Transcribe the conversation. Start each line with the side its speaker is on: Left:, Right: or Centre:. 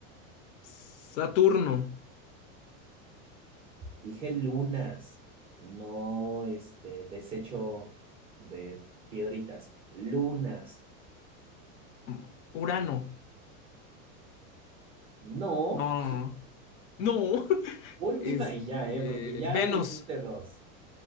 Left: <laughs> Saturno.
Right: Dije lunas, no este desecho de piedritas, lunas.
Left: Mm, Urano.
Right: No,
Left: No. No. <laughs>
Right: última
Left: Este.
Right: y ya, ¿eh? Porque ya
Left: Venus.
Right: dijiste dos.